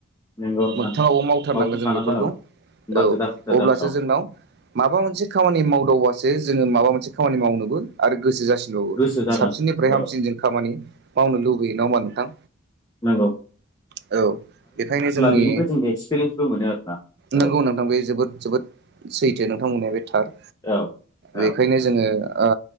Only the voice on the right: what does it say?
मोगथाङावबो मावथारनांगोन
जों बेफोरखौ।
औ
अब्लासो
जोंनाव माबा मोनसे खामानि माव दावबासो जोङो माबा मोनसे खामानि मावनोबो आरो गोसो जासिनबावो
साबसिननिफ्राय हामसिनजों
खामानि मावनो लुबैयो नङा होमबा नोंथां।
औ बेखायनो जोंनि
नंगौ नोंथां बे जोबोद जोबोद सैथो नोंथां बुंनाया बे थार
बेखायनो जोङो ओ